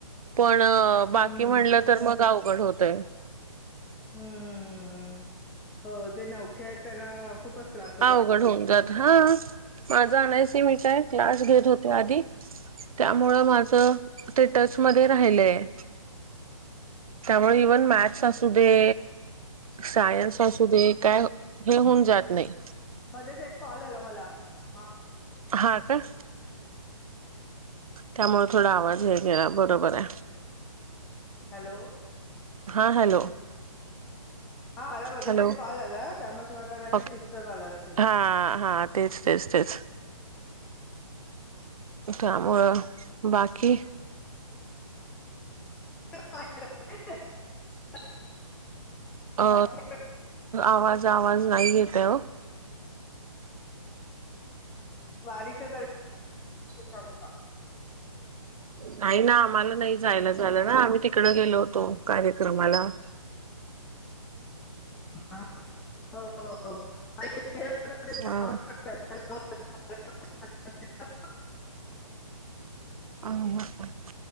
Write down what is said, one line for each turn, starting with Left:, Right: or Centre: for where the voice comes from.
Right: पण बाकी
Centre: हम्म
Right: म्हणलं तर मग आवघड होतयं.
Centre: हम्म हं हम्मम्म हम्म हो जे नौखे आहेत त्यांना खूपच त्रास होतो
Right: अवघड होऊन जात हा माझं आणायसे मी काय क्लास घेत होते आधी. त्यामुळं माझ ते टच मध्ये राहिलंय. त्यामुळे इव्हन मॅथ्स असू दे. सायन्स असू दे काय हे होऊन जात नाही.
Centre: मध्येच एक कॉल आला मला हा.
Right: हा का. त्यामुळे थोडा आवाज हे गेला बरोबर आहे.
Centre: हॅलो.
Right: हा हॅलो.
Centre: हा मला मध्येच
Right: हॅलो
Centre: एक कॉल आला त्यामुळे तुम्हाला कदाचित
Right: ओके
Centre: डिस्टर्ब आल असेल.
Right: हा हा तेच तेच तेच त्यामुळं बाकी.
Centre: <unintelligible>
Right: अ
Centre: बाकी
Right: आवाज आवाज नाही येतय ओ.
Centre: वारीच दर्शन झालं का?
Right: नाही ना आम्हाला नाही जायला झालं ना आम्ही तिकड गेलो होतो कार्यक्रमाला.
Centre: हा हो हो हो. <unintelligible>
Right: हा
Centre: <unintelligible>
Right: हम्म हं कं.